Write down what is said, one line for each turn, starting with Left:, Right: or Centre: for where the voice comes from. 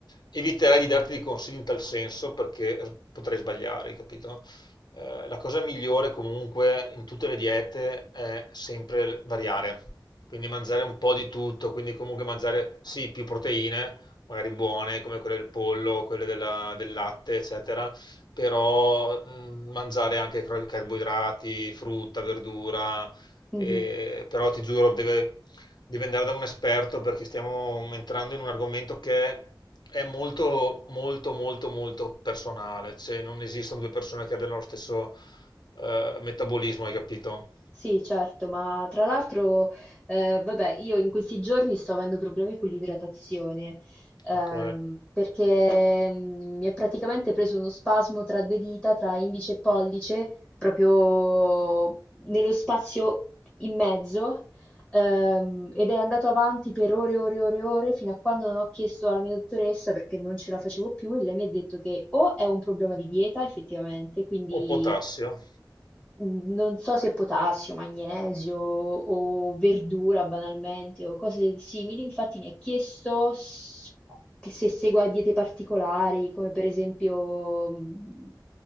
Left: eviterei di darti dei consigli in tal senso perché potrei sbagliare, capito? Eh, la cosa migliore comunque in tutte le diete è sempre variare, quindi mangiare un po' di tutto, quindi comunque mangiare sì più proteine, magari buone come quelle del pollo, quelle della- del latte, eccetera però mh, mangiare anche cro- carboidrati, frutta, verdura,
Centre: mhm.
Left: e- però ti giuro, deve, deve andare da un esperto perché stiamo entrando in un argomento che è molto, molto, molto, molto personale, cioè non esistono due persone che abbiano lo stesso eh, metabolismo, hai capito?
Centre: Sì, certo, ma tra l'altro, eh, vabbè, io in questi giorni sto avendo problemi con l'idratazione, ehm,
Left: Ok.
Centre: perché mm, mi è praticamente preso uno spasmo tra due dita, tra indice e pollice, proprio nello spazio in mezzo, ehm, ed è andato avanti per ore e ore e ore e ore, fino a quando non ho chiesto alla mia dottoressa perché non ce la facevo più e lei mi ha detto che o è un problema di dieta, effettivamente, quindi
Left: O potassio.
Centre: mhmm, non so se potassio, magnesio o verdura banalmente o cose simili. Infatti mi ha chiesto s che se segua diete particolari, come per esempio, mhmm,